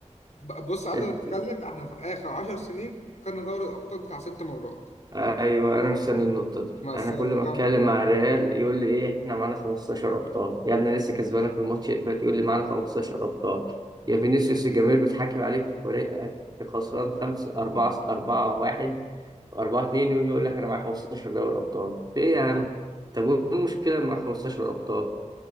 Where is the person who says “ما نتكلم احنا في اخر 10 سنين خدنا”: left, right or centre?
Left